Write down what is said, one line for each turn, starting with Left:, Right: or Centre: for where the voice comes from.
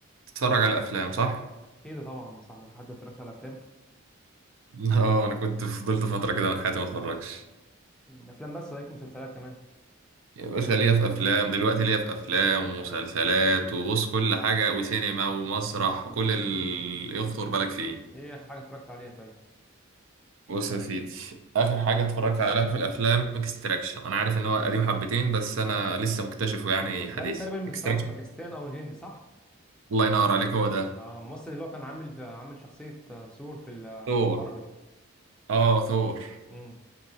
Right: تتفرج على افلام صح
Centre: كده طبعا يا صاحبي في حد يتفرجش على افلام
Right: اه انا كنت فضلت فتره كده من حياتي ما اتفرجش
Centre: افلام بس ولكن مسلسلات كمان
Right: يا باشا ليا في افلام دلوقتي ليا في افلام ومسلسلات وبص كل حاجه وسينما ومسرح وكل اللي يخطر بالك فيه
Centre: ايه اخر حاجه اتفرجت عليها طيب
Right: بص يا سيدي اخر حاجه اتفرجت عليها في الافلام اكستراكشن انا عارف ان هو قديم حبتين بس انا لسه مكتشفه يعني
Centre: ده
Right: حديث
Centre: اللي تقريبا متصور
Right: اكستراكشن
Centre: في باكستان او الهند صح
Right: الله ينور عليك هو ده
Centre: آه الممثل اللي هو كان عامل عامل شخصيه آه، ثور في ال- آه،
Right: ثور
Centre: في مارفل
Right: اه ثور
Centre: امم